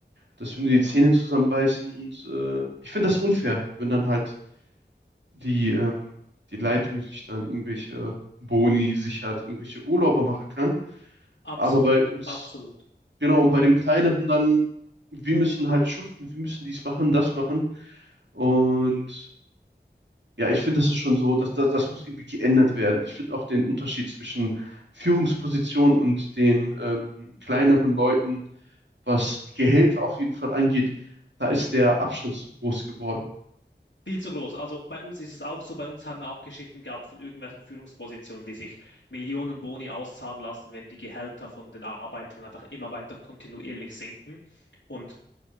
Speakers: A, on the right; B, on the left.
A: dass wir nur die Zähne zusammenbeißen. Und äh, ich finde das unfair, wenn dann halt die, ähm, die Leitung sich dann irgendwelche Boni sichert, irgendwelche Urlaube machen kann.
B: absolut,
A: Aber bei uns,
B: absolut.
A: genau, und bei dem Kleineren dann, wir müssen halt schuften, wir müssen dies machen, das machen. Und ja, ich finde, das ist schon so, dass, das, das muss irgendwie geändert werden. Ich finde auch den Unterschied zwischen Führungsposition und den ähm, kleineren Leuten, was Gehälter auf jeden Fall angeht, da ist der Abstand zu groß geworden.
B: Viel zu groß. Also bei uns ist es auch so, bei uns haben wir auch Geschichten gehabt von irgendwelchen Führungspositionen, die sich Millionen Boni auszahlen lassen, wenn die Gehälter von den Arbeitern einfach immer weiter kontinuierlich sinken. Und